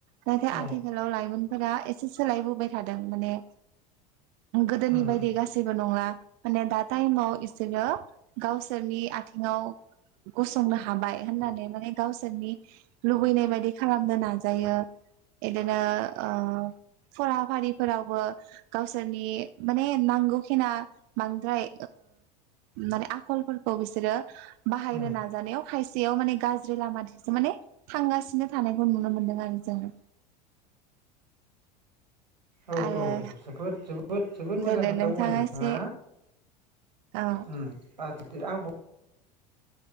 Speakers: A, on the right; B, on the right.
A: नाथाय
B: उम औ
A: आथिखालाव लाइमोनफोरा एसे सोलायबोबाय थादों माने गोदोनि
B: उम
A: बायदि
B: उम
A: गासैबो नङा माने दा टाइमाव बिसोरो गावसोरनि आथिङाव गसंनो हाबाय होननानै माने गावसोरनि लुबैनाय बायदि खालामनो नाजायो इदिनो आ फराफारिफोरावबो गावसोरनि माने नांगौखिना बांद्राय माने आखलफोरखौ बिसोरो बाहायनो
B: उम
A: नाजानायाव खायसेयाव माने गाज्रि लामाथिंसो माने थांगासिनो थानायखौ नुनो मोनदों आरो जोङो
B: औ
A: आरो
B: औ औ जोबोद जोबोद जोबोद मोजां
A: दे दे
B: खोथा बुंबाय नोंथाङा
A: एसे औ
B: <unintelligible>